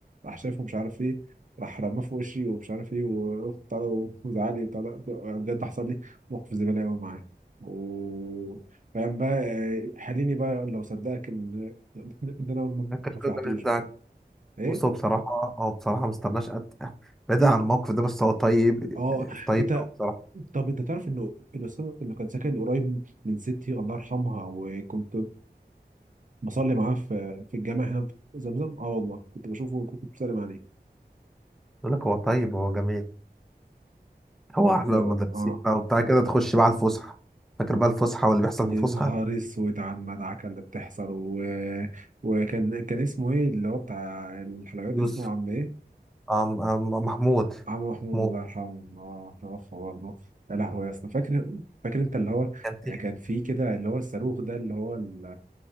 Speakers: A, on the right; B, in the centre.
A: راح شافه مش عارف ايه راح رماه في وشي ومش عارف ايه وبتاع ده وزعلي وبتاع ده بجد حصل لي موقف زباله قوي معاه و فاهم بقى آه، حليني بقى لو صدقك ان ان انا ما
B: كانت
A: ما
B: كل
A: فتحتوش
B: ده مش بتاعك
A: بقى ايه
B: بصوا بصراحة اه بصراحة مستناش قد بعيدا عن الموقف ده بس هو طيب
A: اه
B: يعني طيب
A: انت
B: أوي بصراحة
A: طب انت تعرف انه الاستاذ اللي كان ساكن قريب من ستي الله يرحمها وكنت بصلي معاه في في الجامع هنا في زمزم اه والله كنت بشوفه كنت بسلم عليه
B: بقول لك هو طيب هو جميل هو
A: طب
B: احلى المدرسين
A: اه
B: بقى وبتاع كده تخش بقى على الفسحه فاكر بقى الفسحه واللي بيحصل
A: يا
B: في الفسحه
A: نهار اسود على المدعكه اللي بتحصل و... وكان كان اسمه ايه اللي هو بتاع الحلويات
B: يوسف
A: اسمه عم ايه
B: أم أم محمود
A: عم محمود
B: محمود
A: الله يرحمه اه توفى برضه يا لهوي يا اسطى فاكر فاكر انت اللي هو
B: كانتين
A: آه، كان فيه كده اللي هو الصاروخ ده اللي هو ال-